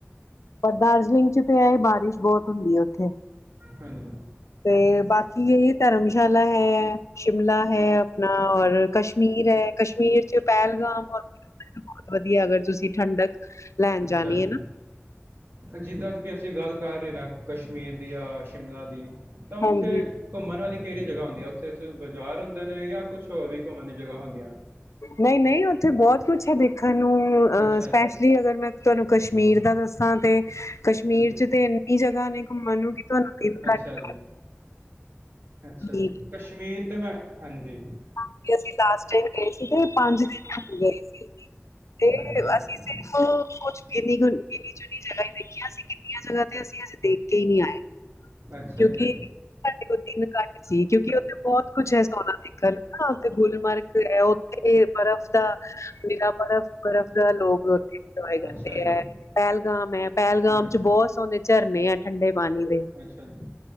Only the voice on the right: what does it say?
ਹਾਂਜੀ,
ਅੱਛਾ
ਜੀ
ਜਿੱਦਾਂ ਕਿ ਅਸੀਂ ਗੱਲ ਕਰ ਰਹੇ ਕਸ਼ਮੀਰ ਦੀ ਜਾਂ ਸ਼ਿਮਲਾ ਦੀ। ਤਾਂ
ਉੱਥੇ। ਘੁੰਮਣ ਵਾਲੀ ਕਿਹੜੀ ਜਗ੍ਹਾ ਹੁੰਦੀ ਉੱਥੇ ਸਿਰਫ਼ ਬਾਜ਼ਾਰ ਹੁੰਦੇ ਨੇ ਜਾਂ ਕੁਛ ਹੋਰ ਵੀ ਘੁੰਮਣ ਦੀ ਜਗ੍ਹਾ ਹੁੰਦੀਆਂ।
ਅੱਛਾ
ਜੀ
ਹਾਂਜੀ
ਅੱਛਾ
ਜੀ ਅੱਛਾ
ਜੀ, ਕਸ਼ਮੀਰ ਤੇ ਮੈਂ ਹਾਂਜੀ।
ਅੱਛਾ ਜੀ
ਅੱਛਾ
ਜੀ
ਅੱਛਾ ਜੀ
ਹੂੰ
ਅੱਛਾ ਜੀ